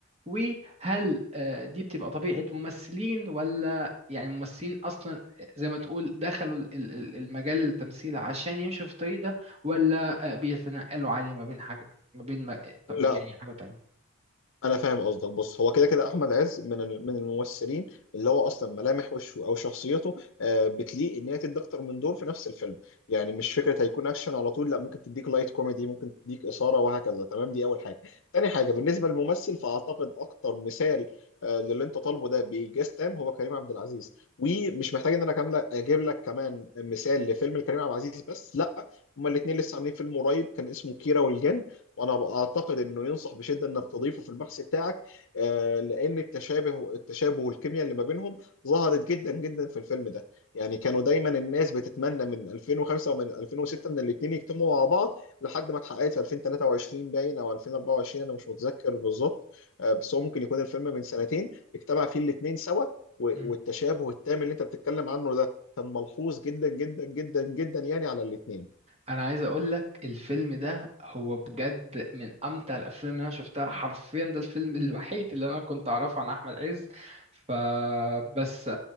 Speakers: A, on the right; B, on the left.
A: وهل آه، دي بتبقى طبيعة ممثلين ولا يعني ممثلين أصلا زي ما تقول دخلوا ال- ال- ال- المجال التمثيل عشان يمشوا في الطريق ده ولا آه، بيتنقلوا عادي ما بين حاجة ما بين ما... طب
B: لا
A: يعني حاجة
B: انا فاهم قصدك بص هو كده كده احمد عز من ال- من الممثلين اللي هو اصلا ملامح وشه او شخصيته آه، بتليق ان هي تدي اكتر من دور في نفس الفيلم يعني مش فكره هيكون اكشن على طول لا ممكن تديك لايت كوميدي ممكن تديك اثاره وهكذا تمام دي اول حاجه تاني حاجه بالنسبه للممثل فاعتقد اكتر مثال آه، للي انت طالبه ده بإيجاز تام هو كريم عبد العزيز ومش محتاج ان انا كامله اجيب لك كمان مثال لفيلم لكريم عبد العزيز بس لا هما الاثنين لسه عاملين فيلم قريب كان اسمه كيرة والجن وانا اعتقد انه ينصح بشده انك تضيفه في البحث بتاعك آه، لان التشابه التشابه والكيمياء اللي ما بينهم ظهرت جدا جدا في الفيلم ده يعني كانوا دايما الناس بتتمنى من 2005 ومن 2006 ان الاثنين يجتمعوا مع بعض لحد ما اتحققت في 2023 باين او 2024 انا مش متذكر بالظبط آه، بس هو ممكن يكون الفيلم من سنتين اجتمع فيه الاثنين سوا و-
A: تانية
B: والتشابه التام اللي انت بتتكلم عنه ده كان ملحوظ جدا جدا جدا جدا يعني على الاثنين
A: انا عايز اقول لك الفيلم ده هو بجد من امتع الافلام اللي انا شفتها حرفيا ده الفيلم <laughs> الوحيد اللي انا كنت اعرفه عن احمد عز فبس